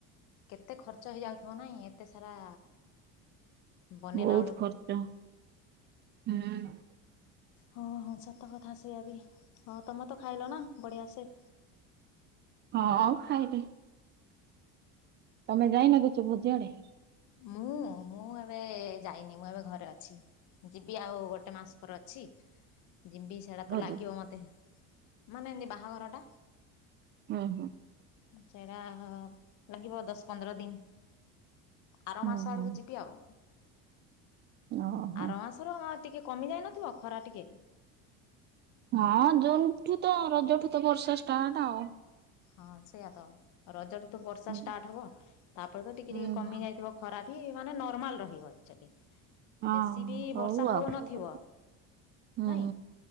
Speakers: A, on the left (about 60°); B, on the right (about 30°).
A: କେତେ ଖର୍ଚ୍ଚ ହେଇଯାଉଥିବ ନହିଁ ଏତେ ସାରା ବନେଇଲା
B: ବହୁତ
A: ବେଳକୁ।
B: ଖର୍ଚ୍ଚ ହୁଁ।
A: ହଁ ହଁ ସତ କଥା ସେଇଆ ବି। ହଁ ତୁମେ ତ ଖାଇଲ ନା, ବଢ଼ିଆ ସେ।
B: ହଁ ଖାଇଲି। ତମେ ଯାଇନ କିଛ ଭୋଜିଆଡେ?
A: ମୁଁ ମୁଁ ଏବେ ଯାଇନି ମୁଁ ଏବେ ଘରେ ଅଛି। ଯିବି ଆଉ ଗୋଟେ ମାସ ପରେ ଅଛି ଯିବି। ସେଇଟା
B: ଭୋଜି
A: ତ ଲାଗିବ ମୋତେ। ମାନେ ଏମ୍ତି ବାହାଘର ଟା।
B: ଓହୋ।
A: ସେଡ଼ା <unintelligible> ଲାଗିବ, ଦଶ ପନ୍ଦର ଦିନ। ଆରମାସ
B: ହୁଁ ହୁଁ
A: ଆଡ଼କୁ ଯିବି ଆଉ,
B: ଓହୋ।
A: ଆରମାସ। ଥର ଟିକେ କମି ଯାଇନଥିବ ଖରା ଟିକେ?
B: ହଁ ଜୁନ୍ ଠୁ ତ, ରଜଠୁ ତ ବର୍ଷା ଷ୍ଟାର୍ଟ ଆଉ।
A: ହଁ ସେଇଆ ତ ରଜଠୁ ତୁ ବର୍ଷା
B: ହୁଁ
A: ଷ୍ଟାର୍ଟ ହବ ତାପରେ ତ ଟିକେ
B: ହୁଁ
A: ଟିକେ କମି ଯାଇଥିବ। ଖରାପି ମାନେ ନର୍ମାଲ୍ ରହିବ ଯଦି?
B: ହଁ
A: ବେଶୀ ବି
B: ହଉ
A: ବର୍ଷା ହେଉନଥିବ
B: ଆଉ। ହୁଁ
A: ନାଇଁ?